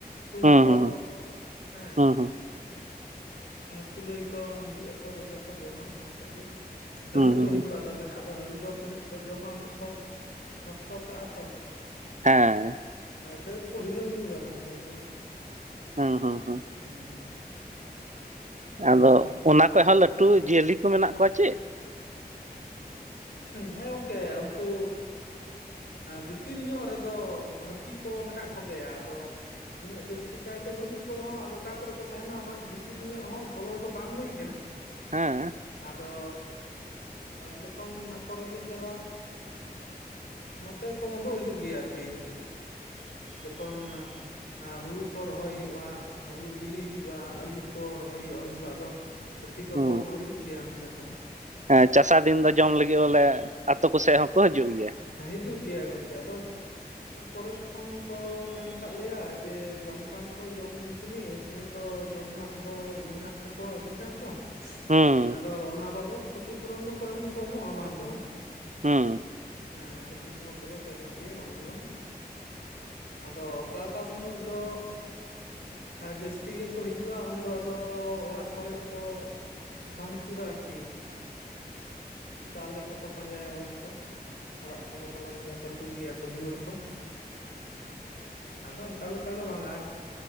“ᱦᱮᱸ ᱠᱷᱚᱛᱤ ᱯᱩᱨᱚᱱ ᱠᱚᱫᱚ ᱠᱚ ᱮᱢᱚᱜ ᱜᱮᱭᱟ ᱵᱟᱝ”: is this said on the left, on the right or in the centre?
Left